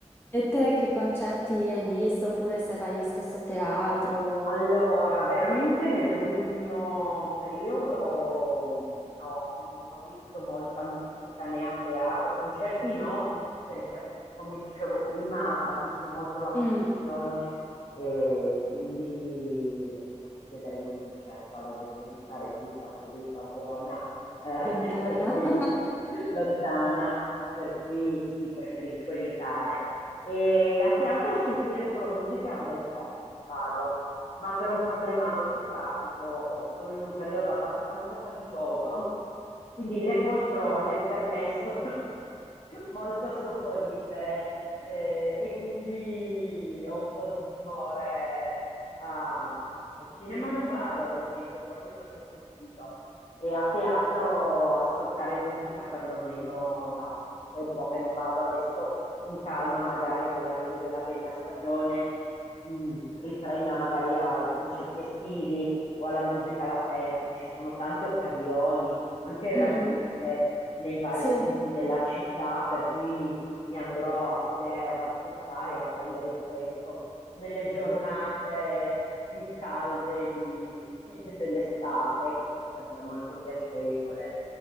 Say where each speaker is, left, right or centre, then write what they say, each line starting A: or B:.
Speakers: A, on the left; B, on the left.
A: e te che concerti hai visto, oppure se vai spesso a teatro?
B: Allora, veramente nell'ultimo periodo mh, no, non ho visto molta musica né a teatro, concerti no, perché come dicevo prima patisco molto la
A: Mm,
B: confusione e quindi non posso chiedere in un concerto alla gente di stare zitta, seduta, buona, eh,
A: lontana.
B: <laughs> per cui
A: <laughs>
B: lontana, per cui sì, preferisco evitare. E a teatro sentire solo musica è un bel po' che non vado ma per un problema molto pratico oh, sono in un periodo abbastanza faticoso, quindi le poltrone per me sono <laughs> molto soporifere eh, e quindi ho un po' di timore a- al cinema non vado, ad esempio, proprio per questo motivo. E a teatro ascoltare musica perlomeno no è un po' che non vado adesso con calma, magari con l'arrivo della bella stagione, mh, riprendo magari ai concerti estivi o alla musica all'aperto, ci sono tante occasioni, anche gratuite,
A: Mm, mm.
B: nei vari
A: Sì.
B: punti della città, per cui mi andrò a sedere ad ascoltare a prendere il fresco nelle giornate più calde di- <laughs> dell'estate, che è sempre molto piacevole.